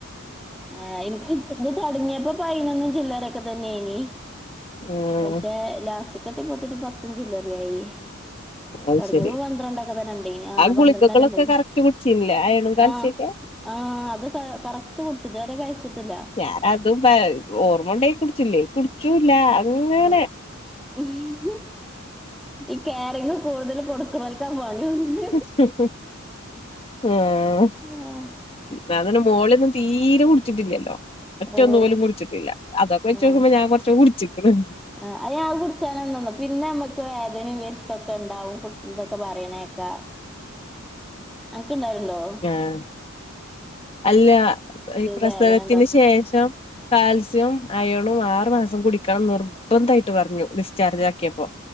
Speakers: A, in the centre; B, on the left.
A: ആ എനിക്ക് ഇട് തക്കുണ് തുടങ്ങിയപ്പോ പതിനനൊന്നും ചി ല്ലറൊക്കെ തന്നെയനി
B: ഉം
A: പക്ഷെ ലാസ്റ്റ്ക്കത്തിപോത്തിന് പത്തുംഞ്ചില്ലറിയായി
B: അത്
A: തുടങ്ങിയപ്പോ
B: ശരി
A: പന്ത്രണ്ടൊക്കെതന്നെണ്ടായനി ആ പന്ത്രണ്ടന്നണ്ടായിനി.....
B: ഗുളികകളൊക്കെ കറക്റ്റ് കുടിച്ചില്ലേ അയണും കാൽസ്യൊക്കെ
A: ആഹ് ആ.. അത് ക കറക്റ്റ് കുടിച്ച്. ഇത് വരെ വയച്ചിട്ടില്ല
B: ഞാന അതും <inaudible> ഓർമ്മ ഉണ്ടങ്കി കുടിച്ചുംല്ലെങ്കി കുടിച്ചൂല്ല അങ്ങനെ
A: ഉം ഹ് ഹും. ഈ കയറിങ് കൂടുതൽ കൊടുക്കണോൽക്ക പണി തോന്നുന്നെ
B: ഹ് ഹ് ഹും.. ആഹ
A: ആഹ <inaudible>
B: ന്നാ തന്നെ മോളിഒന്നും തീരെ കുടിച്ചിട്ടില്ലല്ലോ ഒറ്റ
A: ആഹ്
B: ഒന്നു പോലും കുടിച്ചിട്ടില്ല അതൊക്കെ വെച്ച്
A: ആഹ്
B: നോക്കുമ്പോ ഞാൻ കുറച്ച് കുടിച്ചിക്കണ്
A: ആ അയാ കുടിച്ചാല തന്ന പിന്നെ അ അത് കുടിച്ചാലെന്തന്നോ നമ്മക്ക് വേദനയും വെരുത്തൊക്കെ ണ്ടാവുംഹ് ഇതൊക്കെ പറയണേക്കാ
B: <unintelligible>
A: അനക്ക്ണ്ടാകല്ണ്ടോ?
B: ആഹ് അല്ല ഈ പ്രസവത്തിന്
A: വേദന ഉണ്ടാവും
B: ശേഷം കാൽസ്യവും അയേണും ആറു മാസം കുടിക്കണം നിർബന്ധമായിട്ട് പറഞ്ഞു ഡിസ്ചാർജ് ആക്കിയപ്പോ